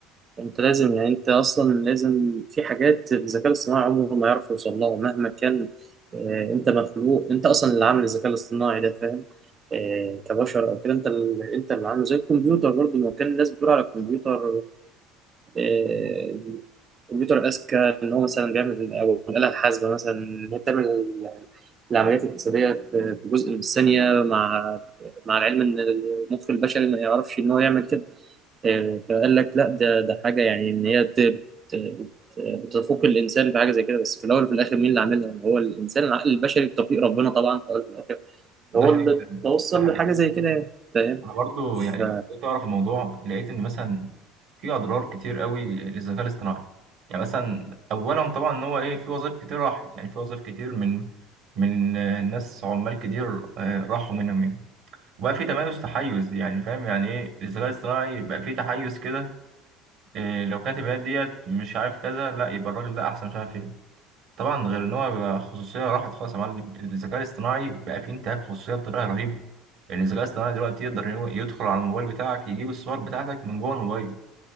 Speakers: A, on the right; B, on the right.
A: انت لازم يعني انت اصلا لازم في حاجات الذكاء الاصطناعي عمره ما يعرف يوصل لها مهما كان آه، انت مخلوق انت اصلا اللي عامل الذكاء الاصطناعي ده فاهم آه، كبشر او كده انت اللي انت اللي عامله زي الكمبيوتر برضه ما كان الناس بتقول على الكمبيوتر آه، الكمبيوتر الأذكى إن هو مثلا بيعمل أو الآلة الحاسبة مثلا إن هي بتعمل ال- العمليات الحسابية في في جزء من الثانية مع مع العلم إن المخ البشري ما يعرفش إن هو يعمل كده آه، فقال لك لا ده ده حاجة يعني إن هي ت- ت- بتفوق الإنسان بحاجة زي كده بس في الأول وفي الآخر مين اللي عاملها؟ هو الإنسان العقل البشري بتوفيق ربنا طبعا في الأول وفي الآخر هو
B: ده حقيقي
A: اللي توصل
B: ده حقيقي
A: لحاجة زي كده يعني فاهم؟
B: انا برضو
A: ف-
B: يعني كنت اعرف الموضوع لقيت ان مثلا في اضرار كتير قوي للذكاء الاصطناعي يعني مثلا اولا طبعا ان هو ايه في وظائف كتير راحت يعني في وظائف كتير من من آه، ناس عمال كتير آه، راحوا منهم يعني وبقى في تميز تحيز يعني فاهم يعني ايه الذكاء الاصطناعي بقى في تحيز كده إيه لو كاتب هي ديت مش عارف كذا لا يبقى الراجل ده احسن مش عارف ايه طبعا غير ان هو بقى خصوصيه راحت خالص يا معلم الذكاء الاصطناعي بقى فيه انتهاك خصوصيه بطريقه رهيبه لان الذكاء الاصطناعي دلوقتي يقدر إن هو يدخل على الموبايل بتاعك يجيب الصور بتاعتك من جوه الموبايل